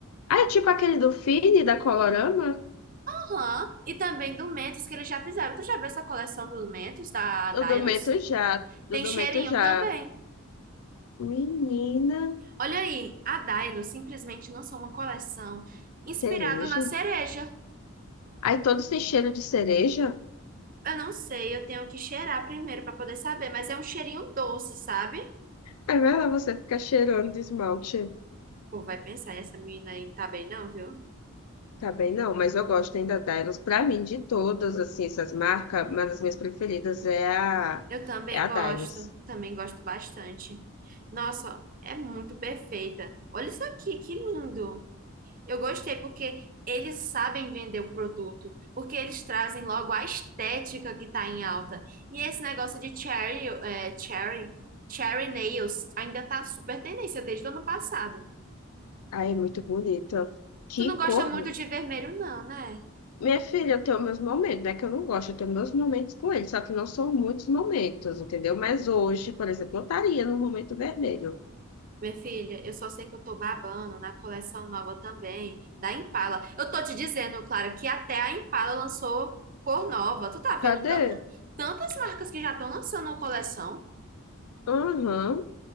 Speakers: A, on the left; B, on the right.
A: Ah, é tipo aquele do Fini, da Colorama?
B: Aham. E também do Mentos, que eles já fizeram. Tu já viu essa coleção do Mentos, da
A: Eu
B: Dailos?
A: Dometo já. Eu
B: Tem
A: Dometo
B: cheirinho
A: já.
B: também.
A: Menina,
B: Olha aí, a Dailos simplesmente lançou uma coleção inspirada
A: cereja.
B: na cereja.
A: Aí todos têm cheiro de cereja.
B: Eu não sei, eu tenho que cheirar primeiro para poder saber, mas é um cheirinho doce, sabe?
A: Aí vai lá você ficar cheirando de esmalte.
B: Pô, vai pensar, essa menina aí não tá bem não, viu?
A: Tá bem, não, mas eu gosto ainda da Dylos. Pra mim, de todas assim, essas marcas, uma das minhas preferidas é a,
B: Eu também
A: é a
B: gosto,
A: Dylos.
B: também gosto bastante. Nossa, é muito perfeita. Olha isso aqui, que lindo. Eu gostei porque eles sabem vender o produto, porque eles trazem logo a estética que tá em alta. E esse negócio de cherry, é, cherry, cherry nails ainda tá super tendência desde o ano passado.
A: Ai, é muito bonita. Que
B: Tu não gosta
A: cor!
B: muito de vermelho, não, né?
A: Minha filha, eu tenho meus momentos, né? Que eu não gosto, eu tenho meus momentos com ele, só que não são muitos momentos, entendeu? Mas hoje, por exemplo, eu estaria no momento vermelho.
B: Minha filha, eu só sei que eu tô babando na coleção nova também, da Impala. Eu tô te dizendo, Clara, que até a Impala lançou cor nova. Tu tá vendo
A: Cadê?
B: tanta, tantas marcas que já estão lançando uma coleção?
A: Aham.